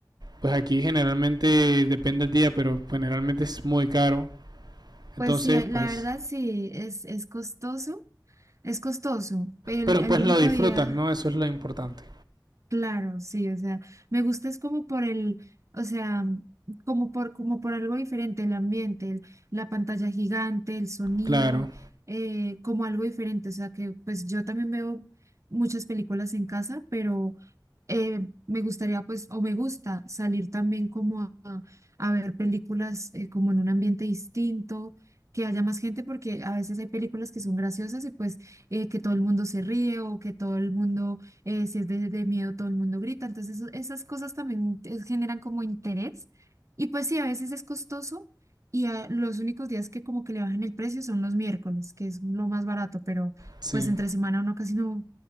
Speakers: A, on the right; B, on the right.
A: Pues aquí generalmente depende del día, pero generalmente es muy caro. Entonces,
B: Pues sí,
A: pues,
B: la verdad sí, es, es costoso. Es costoso. El,
A: Pero
B: el
A: pues
B: único
A: lo disfrutas,
B: día,
A: ¿no? Eso es lo importante.
B: Claro, sí, o sea, me gusta es como por el, o sea, como por, como por algo diferente, el ambiente, el- la pantalla gigante, el sonido,
A: Claro,
B: eh, como algo diferente, o sea, que pues yo también veo muchas películas en casa, pero eh, me gustaría pues, o me gusta salir también como a, a ver películas eh, como en un ambiente distinto, que haya más gente, porque a veces hay películas que son graciosas y pues eh, que todo el mundo se ríe o que todo el mundo eh, si es de, de miedo, todo el mundo grita. Entonces, eso- esas cosas también eh, generan como interés. Y pues sí, a veces es costoso y a- los únicos días que como que le bajan el precio son los miércoles, que es lo más barato, pero
A: sí.
B: pues entre semana uno casi no,